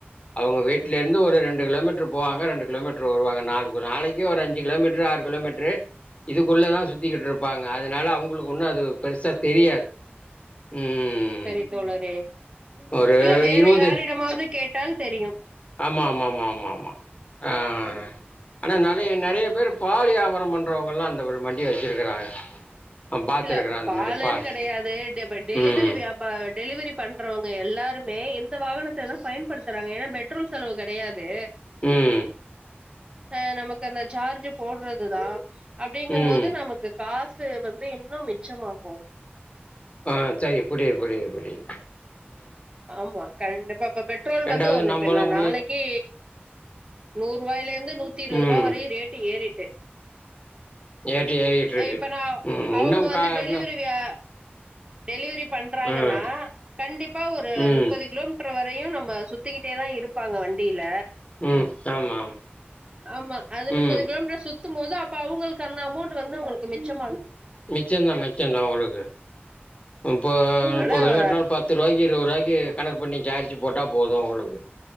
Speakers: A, on the left; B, on the right.
A: அவங்க வீட்டு ட்லா இருந்து ஒரு ரெண்டு கிலோமீட்டர் போவாங்க ரெண்டு கிலோமீட்டர் வருவாங்க ந நாளைக்கு ஒரு அஞ்சு கோமீட்டர் ஆறு கொலோமீட்டர் இதுக்குள்ள தா சுத்திட்டு இருப்பாங்க அதனால அவங்களுக்கு ஒண்ணு அது பெருசா தெரியாது ம்
B: சரி தோழரே <inaudible>
A: ஒரு
B: இல்ல வேற
A: இருவது
B: யாரிடமாது கேட் <inaudible> தெரியு
A: ஆமா ஆமா ஆமா ஆமா ஆமா ஆஹ் ஆனா நறைய நறைய பேர் பாலி வியாபரம்ண்றவங்க எல்லா அந்த ஒரு வண்டி வச்சிருக்கறாங்க நான் பாத்துருக்கறேன்
B: இல்ல இப்ப
A: அந்த
B: பாலன்னு
A: மாரி பால்
B: கிடையாது டெ ப டெ டெலிவரி
A: ம்
B: வியாப டெலிவரி பண்றவங்க எல்லாருமே இந்த வாகனத்த தா பயன்படுத்துறாங்க ஏனா பெட்ரோல் செலவு கிடையாது
A: ம்
B: ஆஹ் நமக் ந்த சார்ஜ் போடுறதுதா அப்படிங்கும்
A: ம்
B: போது நமக்கு காச்ட் து வந் இன்னும் மிச்சமாகு
A: ஆஹ் சரி புரியது புரியுது புரியது
B: ஆமா கலண்ட ப்பப்ப பெட்ரோல்
A: ரெண்டாவது
B: வந்து ஒரு
A: நம்மளும்
B: பெண்ணா நாளைக்கு நூறு ரூபாயில வந்து நூத்தி இருபது
A: ம்
B: ரூபா வரையும் ரேட்டு ஏறி ட்டு
A: ஏட்டு ஏறிட்டு இருக்கு
B: இப்ப நான்
A: ம்
B: அவுங்க
A: இன்னும்
B: வந்து
A: கா
B: டெலிவரி
A: இன்னும்
B: வியா டெலிவரி பண்றாங்கன்னா
A: ம்
B: கண்டிப்பா ஒரு
A: ம்
B: முப்பது கிலோமீட்டர் வரையும் நம்ம அஹ் சுத்திக்கிட்டே தான் இருப்பாங்க வண்டியில
A: ம் ஆமாம்
B: ஆமா அது முப்பது
A: ம்
B: கிலோமீட்டர் சுத்த போது அப்ப அவங்களுக்கு அந்த அமௌண்ட் வந்து உங்களுக்கு மிச்சம்
A: மிச்சந்தான் மிச்சமந்தான் உளுக்கு இப்ப
B: அதனால
A: இப்ப கிலமீட்டர்னால பத்து ரூவாக்க இருபதுபாய்க்கு கணக்ட பண்ணி சார்ஜ வச்சு போட்டா போதும் உங்களுக்கு